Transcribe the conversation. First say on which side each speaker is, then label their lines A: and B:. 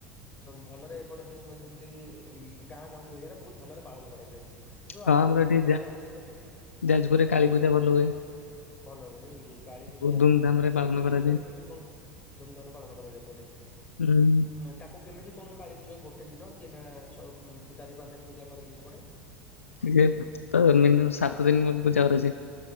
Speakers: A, on the left; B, on the left.
A: ଭଲରେ ଏପଟେ ସବୁ ମାନେ ଯେମିତି ଗାଁ ଗାଉଁଲି ଏରିଆ ବହୁତ ଭଲ ପାଳନ କରାଯାଏ। ସେ ସବୁ
B: ହଁ
A: ଆପଣଙ୍କ
B: ଆମର ଏଠି
A: ସେପଟେ ଯାଜପୁରରେ
B: ଯାଜପୁରରେ
A: ଆଜ୍ଞା
B: କାଳୀ ପୂଜା
A: ସେ
B: ଭଲ ହୁଏ।
A: ଭଲ ହୁଏ ନୁଁହେ ନେଇ କି କାଳୀ ପୂଜା
B: ବହୁତ ଧୁମଧାମ ରେ
A: କେମିତି
B: ପାଳନ
A: କଣ
B: କରାଯାଏ।
A: ସାର କେମିତି କଣ ଧୁମଧାମରେ ପାଳନ କରାଯାଏ ପଟେ?
B: ହୁଁ
A: ତାକୁ କେମିତି କଣ କାଳୀପୂଜା ଗୋଟେ ଗୋଟେ ଦିନ କି ନା ଛ ଚାରି ପାଞ୍ଚ ଦିନ ପୂଜା କରନ୍ତି ସେପଟେ?
B: ମିନୁ ତ ମିନିମମ ସାତ ଦିନ ମୁ ପୂଜା କରାଯାଏ।